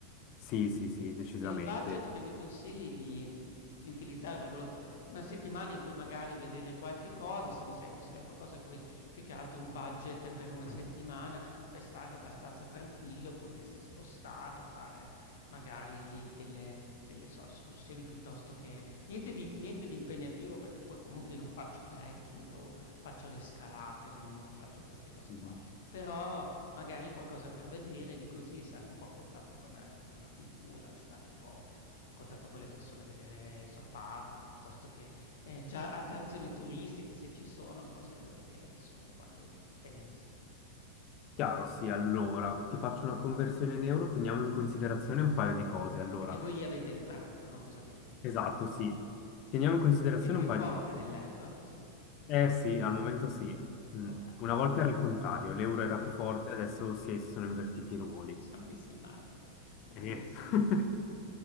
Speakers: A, on the left; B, on the left.
A: Sì, sì, sì, decisamente.
B: E il budget che mi consigli di di utilizzare, perché volevo f una settimana in cui magari vedere qualche cosa, se mi sai consigliare qualcosa e poi più che altro un budget per una settimana, per stare abbastanza tranquillo, potersi spostare, fare magari delle delle so escursioni piuttosto che niente di niente di impegnativo, perché poi comunque io non faccio trekking o faccio le scalate, non non faccio queste cose
A: Mhm.
B: qua. Però Magari qualcosa per vedere, lì così stare un po' a contatto con eh, con la cultura, stare un po' a contatto con le persone, vedere i suoi pub, piuttosto che, ehm, cioè attrazioni turistiche se ci sono, cose da vedere insomma e quanto tenersi.
A: Chiaro, sì, allora ti faccio una conversione in euro, teniamo in considerazione un paio di cose. Allora,
B: Perché voi lì avete il franco, no, cosa avete?
A: Esatto, sì. Teniamo in considerazione
B: Che è più
A: un paio
B: forte
A: di cose.
B: dell'euro? Sì,
A: Eh sì, al momento sì. Mm.
B: okay.
A: Una volta era il contrario, l'euro
B: Mh.
A: era più forte, adesso sì, si sono invertiti i ruoli.
B: Siam <laughs> messi male qua. Comunque
A: Eh.
B: sì,
A: <laughs>
B: dimmi.